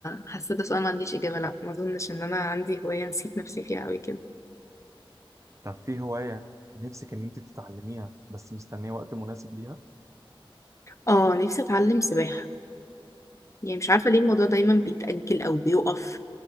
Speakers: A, on the left; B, on the right.
A: حاسه ده سؤال ما عنديش اجابه لا ما اظنش ان انا عندي هوايه نسيت نفسي فيها قوي كده
B: طب في هوايه نفسك ان انت تتعلميها بس مستنيه وقت مناسب ليها
A: اه نفسي اتعلم سباحه يعني مش عارفه ليه الموضوع دايما بيتاجل او بيقف